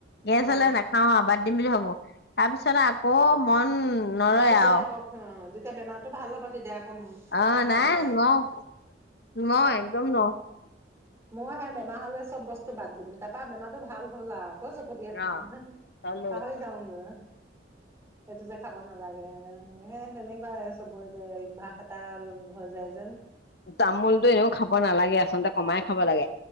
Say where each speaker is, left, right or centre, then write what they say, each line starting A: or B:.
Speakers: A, on the left; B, on the right.
A: গেছ
B: অ
A: হ'লে নাখাওঁ আৰু বাদ দিম বুলি ভ'বো! তাৰপিছত আকৌ মন নৰয়
B: ভাল হ'লে
A: আৰু
B: আ'ক বেমাৰটো ভাল হ'ব তেতিয়া আকৌ
A: অ'!
B: পাহৰা
A: নাই
B: যায়।
A: নোৱাৰো! একদম নোৱাৰো!
B: মইহে বেমাৰ হ'লে চব বস্তু বাদ দিম। তাৰপৰা বেমাৰটো ভাল হ'ল আৰু। আকৌ চপগুটিয়ে খাম।
A: অ'। উম
B: পাহৰি যাওঁগে! <unintelligible> খাব নালাগে। সেই, তেনেকুৱাই চবতেই <unintelligible> এটা হৈ যায় যেন।
A: তামোলটো এনেও খাব নালাগে। আচলতে কমাই খাব লাগে।